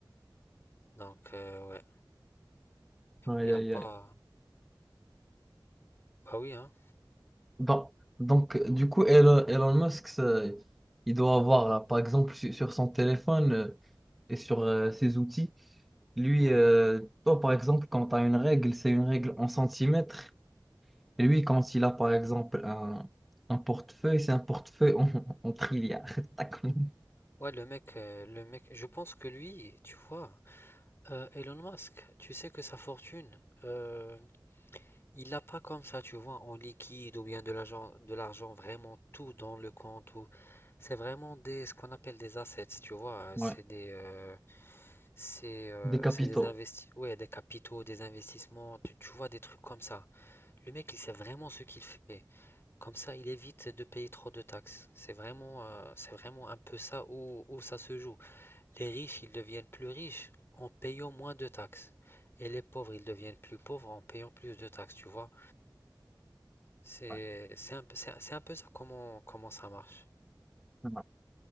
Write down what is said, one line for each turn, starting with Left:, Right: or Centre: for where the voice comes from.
Left: Donc, euh, ouais,
Centre: Aïe,
Left: il n'y
Centre: aïe,
Left: a pas.
Centre: aïe.
Left: Bah oui, hein.
Centre: Bon, donc euh, du coup, Elon, Elon Musk, ça, il doit avoir, euh, par exemple, su- sur son téléphone euh, et sur euh, ses outils, lui,
Left: Ouais.
Centre: euh, toi, par exemple, quand tu as une règle, c'est une règle en centimètres. Et lui, quand il a, par exemple, un, un portefeuille, c'est un portefeuille en, <laughs> en trilliard. <laughs> D'accord.
Left: Ouais, le mec, euh, le mec, je pense que lui, tu vois, euh, Elon Musk, tu sais que sa fortune, euh, Il a pas comme ça, tu vois, en liquide ou bien de l'argent, de l'argent vraiment tout dans le compte ou c'est vraiment des ce qu'on appelle des assets, tu vois, euh,
Centre: Ouais.
Left: c'est des euh, c'est euh,
Centre: des capitaux.
Left: c'est des investi ouais, des capitaux, des investissements, tu, tu vois des trucs comme ça. Le mec, il sait vraiment ce qu'il fait. Comme ça, il évite de payer trop de taxes. C'est vraiment euh, c'est vraiment un peu ça où, où ça se joue. Les riches, ils deviennent plus riches en payant moins de taxes. Et les pauvres, ils deviennent plus pauvres en payant plus de taxes, tu vois. C'est
Centre: Ouais.
Left: c'est un, peu- c'est un c'est un peu ça comment, comment ça marche.
Centre: Ouais.